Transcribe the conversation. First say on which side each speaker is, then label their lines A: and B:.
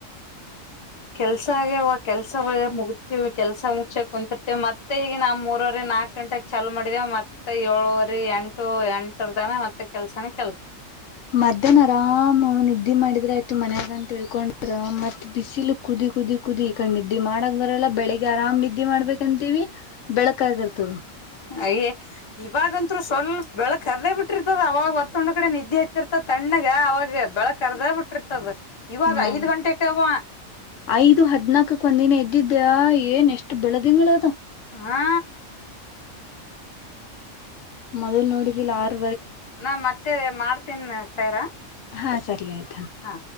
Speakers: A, on the left; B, on the left.
A: ಕೆಲ್ಸ ಆಗವ ಕೆಲ್ಸ ಒ ಮುಗ ನೀವು ಕೆಲ್ಸ ಮುಗಸಕ್ ಕುಂತಿರ್ತೇವಿ ಮತ್ತೆ ಈಗ ನಾವು ಮೂರವರೆ ನಾಕಕ್ ಗಂಟೆಗೆ ಚಾಲು ಮಾಡೇವೆ ಮತ್ತೆ ಏಳ ರಿ ಎಂಟು ಎಂಟರ್ದಾನ ಮತ್ತೆ ಕೆಲ್ಸನ ಕೆಲ್ಸ
B: ಮಧ್ಯಾಹನ ಆರಾಮ ನಿದ್ದೆ ಮಾಡಿದ್ರ ಆಯ್ತು ಮನ್ಯಾಗಂತ ಹೇಳ್ಕೊಂಡ ಮತ್ ಬಿಸಿಲು ಕುದ ಕುದಿ ಕುದಿ ಕುದಿ ಈ ಕ ನಿದ್ದೆ ಮಾಡಕ್ ಬರಲ್ಲ ಬೆಳಗ್ ಆರಾಮ್ ನಿದ್ದೆ ಮಾಡ್ಬೇಕಂತೀವಿ ಬೆಳಕ ಆ ಇರ್ತದ
A: ಅಯೇ ಇವಾಗತ್ರು ಸ್ವಲ್ಪ ಬೆಳಕ್ ಕರ್ದೇ ಬಿಟ್ಟಿರ್ತದ ಅವಾಗ ಒತ್ತಣ್ ಕಡೆ ನಿದ್ದೆ ಇತ್ತಿರ್ತದ ತಣ್ಣಗ ಅವಾಗ ಬೆಳಕ್ ಅರ್ದ ಬಿಟ್ಟಿರ್ತದ ಇವಾಗ
B: ಹ
A: ಐದ್ ಗಂಟೆಕವ
B: ಐದು ಹದ್ನಾಕಕ್ ಒಂದಿನ ಎ್ದದ್ದ ಅ್ಯಾ ಏನ್ ಎಷ್ಟು ಬೆಳೆದಿಂಗಳ ಅದ
A: ಹಾ.
B: ಮೊದಲ್ ನೋಡಿದಿಲ ಆರ್.
A: ನಾ ಮತ್ತೆರೆ ಮಾಡ್ತೀನ್ ಸೈರಾ.
B: ಹಾ ಸರಿ ಆಯ್ತು.
A: ಹಾ.